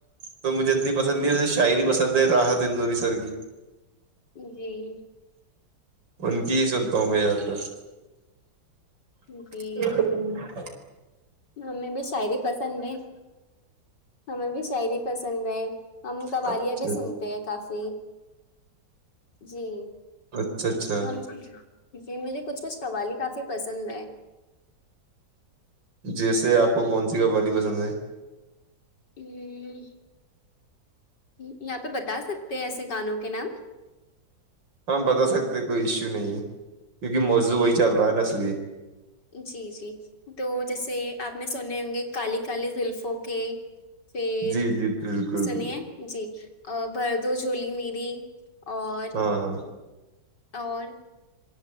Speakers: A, on the right (about 85°); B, on the left (about 70°).
A: تو مجھے اتنی پسند نہیں ہے اسے شاعری پسند ہے راحت اندوری سر کی
B: جی
A: ان کی ہی سنتا ہوں میں اکثر
B: جی
A: ٹیک <inaudible>
B: ہمیں بھی شاعری پسند ہے ہمیں بھی شاعری پسند ہے اچ <inaudible> ہم قوالیاں
A: ہے اچھا
B: بھی سنتے ہیں کافی جی
A: اچھا اچھا
B: ہم جی مجھے کچھ کچھ قوالی کافی پسند ہیں
A: ہ <inaudible> جیسے آپ کو کون سی قوالی پسند ہے پسند ہے
B: ہ یہاں پہ بتا سکتے ہیں ایسے گانوں کے نام
A: ہاں بتا سکتے ہے کوئی ایشو نہیں کیونکہ موضو
B: جی
A: وہی چل رہا ہے نا اسلیے
B: جی جی تو جیسے آپ نے سنے ہونگے کالی کالی زلفوں کے پھر
A: جی جی بالکل
B: سنیے
A: بالکل
B: جی بھردو جھولی میری اور
A: ہاں
B: اور